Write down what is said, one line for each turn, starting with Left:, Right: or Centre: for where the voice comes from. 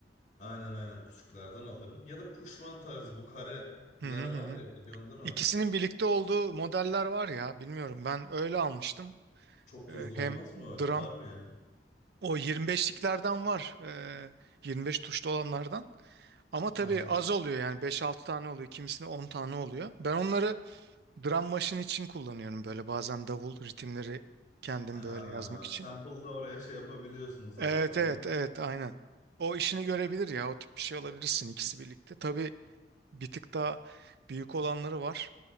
Left: Aynen aynen küçüklerden alırım. Ya da puşvan tarzı bu kareler
Right: Hı hı
Left: var
Right: hı. hı.
Left: ya biliyorsun değil mi?
Right: İkisinin birlikte olduğu modeller var ya bilmiyorum ben öyle almıştım.
Left: Çok
Right: Ee,
Left: tuzlu
Right: Hem
Left: olmaz mı öyle?
Right: drum
Left: Var mı ya?
Right: o 25'liklerden var. ee, 25 tuşlu olanlardan. Ama tabii
Left: Ha ha.
Right: az oluyor yani beş altı tane oluyor. Kimisinde 10 tane oluyor. Ben onları drum machine için kullanıyorum böyle bazen davul ritimleri kendim
Left: Ha,
Right: böyle yazmak için.
Left: sample'da oraya şey yapabiliyorsun zaten
Right: Evet evet
Left: değil mi?
Right: evet aynen. O işini görebilir ya o tip bir şey alabilirsin ikisi birlikte. Tabii bir tık daha büyük olanları var.